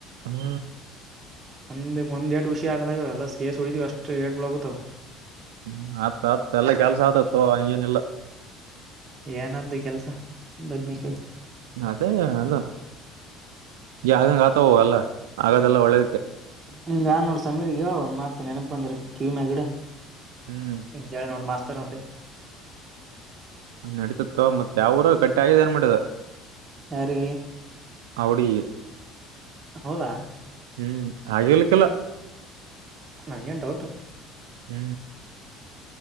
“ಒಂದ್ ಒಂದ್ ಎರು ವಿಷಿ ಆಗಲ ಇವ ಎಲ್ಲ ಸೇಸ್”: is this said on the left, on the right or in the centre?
Right